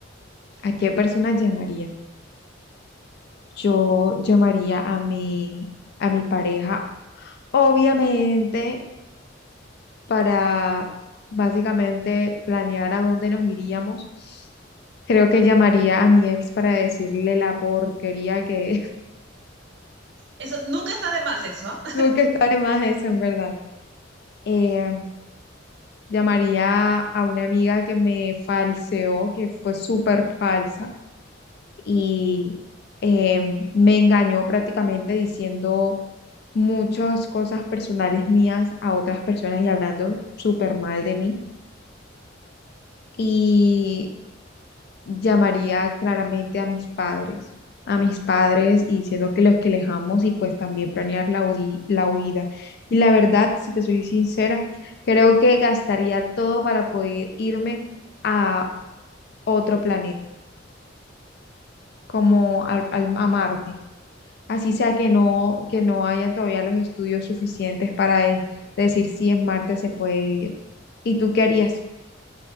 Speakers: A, on the left (about 55°); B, on the right (about 65°).
A: ¿A qué persona llamaría? Yo llamaría a mi, a mi pareja, obviamente, para básicamente planear a dónde nos iríamos. Creo que llamaría a mi ex para decirle la porquería que es. <laughs>
B: Eso, nunca está de más eso. <laughs> ¿ah?
A: Nunca está de más eso, en verdad. Eh, llamaría a una amiga que me falseó, que fue súper falsa y eh, me engañó prácticamente diciendo muchas cosas personales mías a otras personas y hablando súper mal de mí. Y llamaría claramente a mis padres, a mis padres y diciendo que los que les amo y pues también planear la, hudi- la huida. Y la verdad, si te soy sincera, creo que gastaría todo para poder irme a otro planeta, como al, al- a Marte. así sea que no, que no haya todavía los estudios suficientes para de- decir si en Marte se puede vivir. ¿Y tú qué harías?